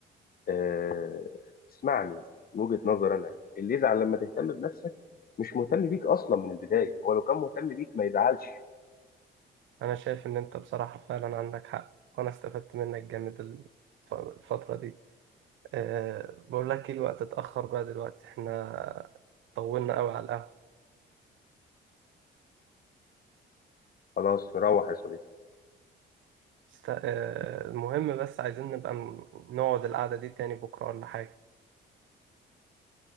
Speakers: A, on the left; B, on the right.
A: آه، اسمعني من وجهة نظر انا اللي يزعل لما تهتم بنفسك مش مهتم بيك اصلا من البداية هو لو كان مهتم بيك ما يزعلش
B: انا شايف ان انت بصراحه فعلا عندك حق وانا استفدت منك جامد ال- الفتره دي أه بقول لك ايه الوقت اتاخر بقى دلوقتي احنا طولنا قوي على القهوه
A: خلاص نروح يا صديقي
B: است- أه المهم بس عايزين نبقى ن- نقعد القعده دي تاني بكره ولا حاجه